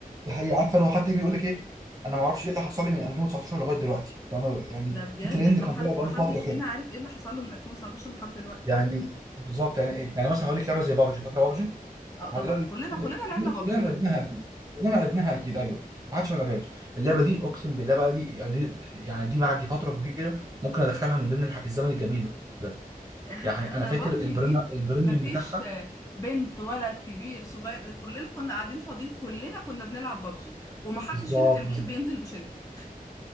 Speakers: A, on the right (about 25°); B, on the left (about 20°).
A: دي حقيقه عارفه لو حد يجي يقول لك ايه انا ما اعرفش ايه اللي حصل لي من 2019 لغايه دلوقتي فاهمه يعني
B: ده بجد
A: في ترند
B: ده احنا
A: كان
B: محد
A: طالع بقاله
B: محدش
A: فتره كده
B: فينا عارف ايه اللي حصل له من 2019 لحد دلوقتي
A: يعني بالظبط يعني ايه يعني مثلا هقول لك لعبه زي بابجي فاكره بابجي
B: اه طبعا
A: على الأقل
B: كلنا كلنا لعبنا بابجي
A: كلنا لعبناها
B: بقى
A: اكيد كلنا لعبناها اكيد ايوه ما حدش ما لعبهاش اللعبه دي اقسم بالله بقى دي يعني يعني دي بعد فتره كبيره ممكن ادخلها من ضمن الح- الزمن الجميل بجد
B: احنا
A: يعني
B: احنا
A: انا فاكر
B: بابجي
A: البريميوم
B: دي
A: البريميوم
B: مفيش
A: بتاعها
B: آه، بنت ولد كبير صغير كلنا كنا قاعدين فاضيين كلنا كنا بنلعب بابجي ومحدش
A: بالظبط
B: فينا كان بيحب
A: بس-
B: ينزل بوشنكي